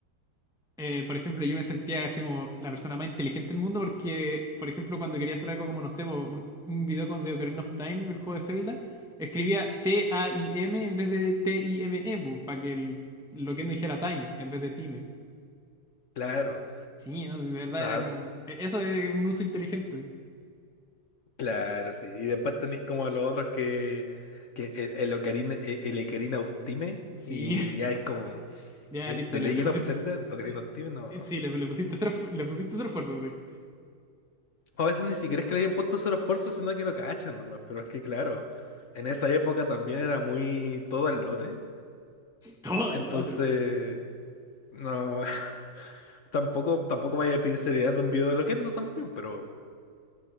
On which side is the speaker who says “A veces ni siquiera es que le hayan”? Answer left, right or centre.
Left